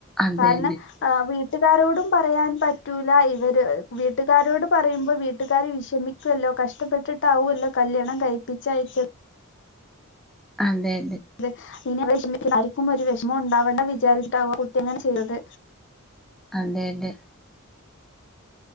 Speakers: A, in the centre; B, on the left.
A: അതെയതെ.
B: കാരണം ആ വി വീട്ടുകാരോടും പറയാൻ പറ്റൂല ഇവര് വീട്ടുകാരോട് പറയുമ്പോ വീട്ടുകാാര് വിഷമിക്കുമല്ലോ കഷ്ടപ്പെട്ടിട്ടാവുമല്ലോ കല്യാണം കഴിപ്പിച്ച അയച്ച
A: അതെ
B: <unintelligible> ഇനി വിഷമ ആർക്കും ഒരു വിഷമം ഉണ്ടാവേണ്ട വിചാരിച്ചട്ടാവോ കുട്ടി അങ്ങനെ ചെയ്തത്
A: അതെതെ